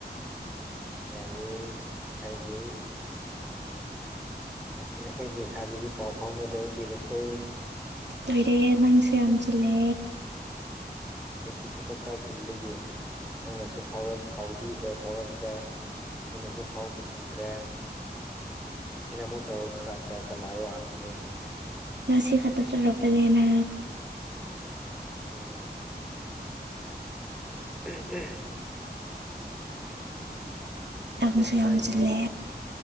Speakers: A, in the centre; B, on the right.
A: ꯌꯥꯏꯌ‌ꯦ ꯍꯥꯏꯗꯤ꯫ ꯉꯁꯤ ꯑꯈꯣꯏꯗꯤ꯫ ꯁꯥꯕꯤꯁꯤ ꯄꯥꯎ ꯐꯥꯎꯅꯗꯧ ꯀꯤꯔꯦꯀꯣ
B: ꯑꯩꯣꯏꯔꯦ ꯅꯪꯁ ꯌꯥꯝꯁꯤꯂꯦ
A: ꯑꯩꯁꯦ ꯊꯕꯛ ꯈꯔ ꯆꯤꯟꯗꯒꯤ ꯅꯪꯅꯁꯨ ꯐꯥꯎ ꯀꯥꯎꯕꯤꯈ꯭ꯔꯦ ꯐꯥꯎꯔꯛꯇ꯭ꯔꯦ ꯑꯩꯅꯁꯨ ꯐꯥꯎꯕ ꯆꯪꯗ꯭ꯔꯦ ꯑꯩꯅ ꯑꯃꯨꯛ ꯇꯧꯔꯛꯄ ꯀꯥꯟꯗ ꯀꯅꯥꯔꯣ ꯍꯪꯉꯦ
B: ꯉꯁꯤ ꯈꯥꯁꯨꯂꯄꯦ
A: ꯎꯝ
B: ꯂꯩꯅ
A: ꯎꯝ ꯎꯝ ꯎꯝ ꯑꯔꯖꯦꯟꯇꯤꯅꯥꯒꯤ꯫
B: ꯅꯪꯁꯨ ꯌꯥꯝ ꯆꯤꯜꯂꯦ